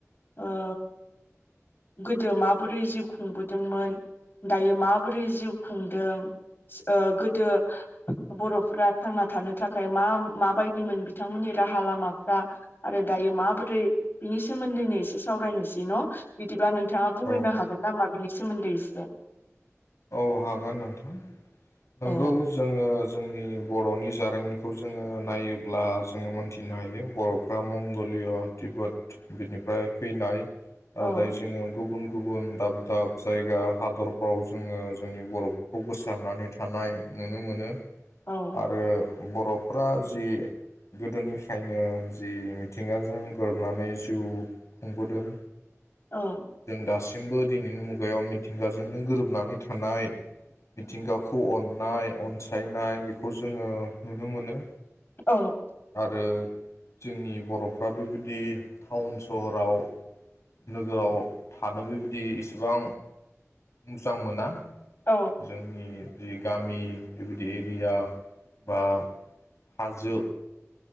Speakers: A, on the left; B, on the left.
A: ओ गोदो माबोरै जिउ खुंबोदोंमोन दायो माबोरै जिउ खुंदों ओ गोदो बर'फ्रा थांना थानो थाखाय मा-माबायदिमोन बिथांमोननि राहा लामाफ्रा आरो दायो माबोरै बिनि सोमोन्दैनो एसे सावरायनोसै न बिदिबा नों बिथाङा बुंग्रोनो
B: औ
A: हागोन नामा बिनि सोमोन्दै इसे
B: औ हागोन नोंथां नोंगौ
A: औ
B: जोङो जोंनि बर'नि जारिमिनखौ जोङो नायोब्ला जोङो मोनथिनो हायो बर'फ्रा मंगलिय तिबत बिनिफाय फैनाय ओ
A: औ
B: दायो जोङो गुबुन गुबुन दाब दाब जायगा हादरफ्राव जोङो जोंनि बरफोरखौ गोसारनानै थानाय नुनो मोनो
A: औ
B: आरो बरफोरा जि गोदोनिफ्रायनो जि मिथिंगाजों गोरोबनानै जिउ खुंबोदों
A: औ
B: जों दास जोबो दिनैनि मुगायाव मिथिंगाजोंनो गोरोब नानै थानाय मिथिंगाखौ अननाय अनसायनाय बेखौ जोङो नुनो मोनो
A: औ
B: आरो जोंनि बर'फ्राबो बिदि टाउन सहराव नोगोआव थानांगो बिदि इसिबां मोजां मोना
A: औ
B: जोंनि जि गामि बिबायदि एरिया बा हाजो